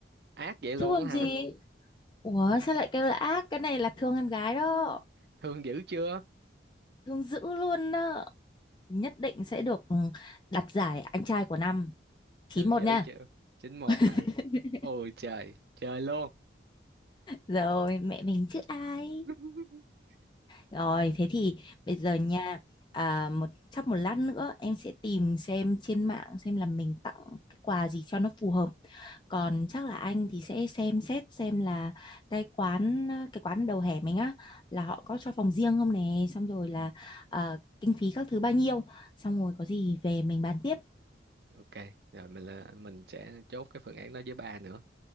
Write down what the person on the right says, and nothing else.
ác vậy luôn
á hả
<laughs> thương dữ chưa
thương
dữ
chưa chín một hả
ôi trời trời luôn
<laughs>
ừ,
ừ,
ok rồi mình là mình sẽ chốt cái phương án đó với ba nữa